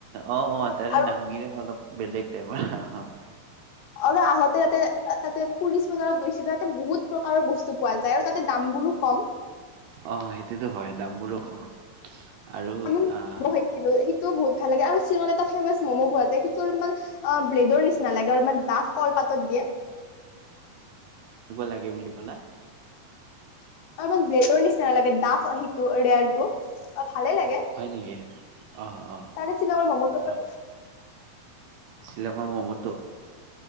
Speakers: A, on the right; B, on the left.
A: অ অ তাৰে
B: আৰু
A: নাম বিলাক, অলপ বেলেগ টাইপ, অহ- হ- হ
B: আৰু আহোঁতে ইয়াতে, এটা যেন পুলিচ বজাৰত গৈছো যে, তাতে বহুত প্ৰকাৰৰ বস্তু পোৱা যায় আৰু তাতে দাম বোৰো কম।
A: অ', সেইটোতো হয় দামবোৰো কম। আৰু
B: <unintelligible>
A: আহ
B: হিটো বহুত ভাল লাগে আৰু শ্বিলঙত এটা ফেমাচ ম'ম' পোৱা যায় সিটো অলপমান অ', ব্ৰেডৰ নিচিনা লাগে আৰু ইমান ডাঠ কলপাতত দিয়ে।
A: এনেকুৱা লাগে বুলি ক'লা।
B: অ', অলপমান ব্ৰেডৰ নিচিনা লাগে দাঠ সিটো ৰেয়াৰটো। ভালে লাগে
A: হয় নেকি? অ অ
B: তাৰে শ্বিলঙৰ মম তো খাই
A: অ
B: বেছি,
A: শ্বিলঙৰ ম'মটো।